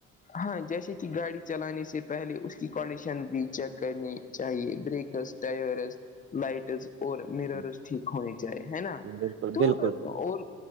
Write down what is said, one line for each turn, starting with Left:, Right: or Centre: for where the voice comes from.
Left: ہاں جیسے کہ گاڑی چلانے سے پہلے اس کی کنڈیشن بھی چیک کرنی چاہیے بریکس تیار حز لائٹز اور نیررس
Right: ہاں،
Left: ٹھیک ہونی چاہی ہے نا
Right: بالکل
Left: تو
Right: بالکل
Left: اور